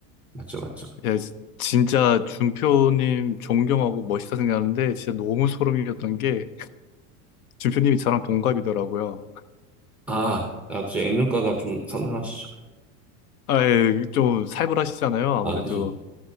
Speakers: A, in the centre; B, on the left (about 85°).
A: 맞죠, 맞죠.
B: 예, 지- 진짜 준표님 존경하고 멋있다 생각하는데 진짜 너무 소름이었던 게 준표님이 저랑 동갑이더라고요.
A: 아, 아, 그죠. 액면가가 좀 상당하시죠.
B: 아, 예, 좀 살벌하시잖아요, 아무래도.
A: 아, 그죠.